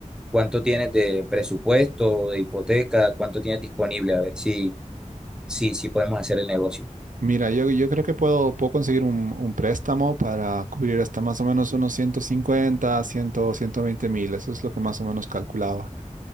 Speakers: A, in the centre; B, on the right.
A: ¿Cuánto tienes de presupuesto, de hipoteca? ¿Cuánto tienes disponible? A ver si, si, si podemos hacer el negocio.
B: Mira, yo, yo creo que puedo, puedo conseguir un, un préstamo para cubrir hasta más o menos unos 150, ciento veinte mil. Eso es lo que más o menos calculaba.